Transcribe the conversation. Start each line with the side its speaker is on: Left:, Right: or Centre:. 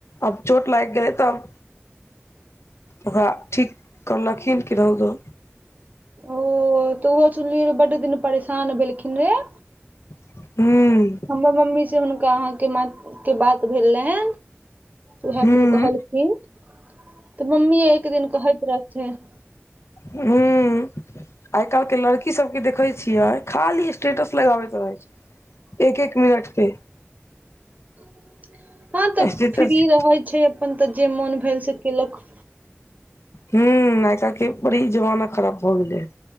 Left: अब चोट लागि गेलै तऽ ओकरा ठीक करलखिन कि रहौ दो
Right: ओ तऽ ओहो सुनलिए बड दिन परेशान भेलेखिन रेहे
Left: <unintelligible>
Right: हमर मम्मी से हुनका अहाँके माँ के बात भेल रहै ओहै
Left: हूँ
Right: त व कहलखिन तऽ मम्मी एक दिन कहैत रहथिन
Left: ह <inaudible> आइ काइल के लड़की सब के देखे छियै खाली स्टेटस लगाबैत पर रहे छै एक एक मिनट पे
Right: <inaudible> हँ तऽ
Left: स्टेटस
Right: फ्री रहै छै अपन तऽ जे मोन भेल से केलक
Left: हू आइ काइल के बड़ी जमाना खराब भऽ गेले है